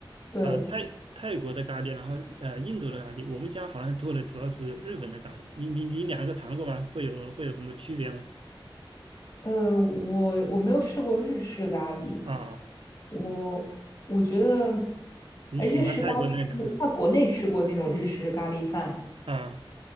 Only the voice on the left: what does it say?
对，
呃，我我没有试过日式咖喱，
我我觉得
呃日式咖喱是在国内吃过那种日式咖喱饭，